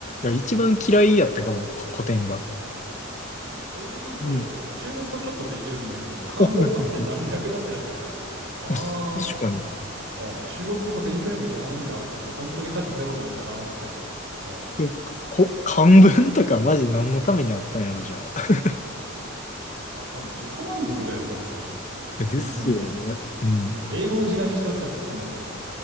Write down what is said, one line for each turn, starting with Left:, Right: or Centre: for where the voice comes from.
Left: ら一番嫌いやったかも、こ古典が。
Right: そうそれで言うと、
Left: うん。
Right: 僕、中国語ちょっとできるんだけど、漢文マジで何の役立ってないから、
Left: おはいはいはい
Right: あー、
Left: お確かに。
Right: うん中国語の勉強にもいらないんだって言って、本当に価値ゼロなんだなって。うん
Left: そうこ、漢文とかマジ何のためにあったんやろ、じゃあ。
Right: あれ多分自己満足だよ、本当に。本当にね。
Left: いやですよね。うん。
Right: なんか英語の時間にしてほしかった、せめて。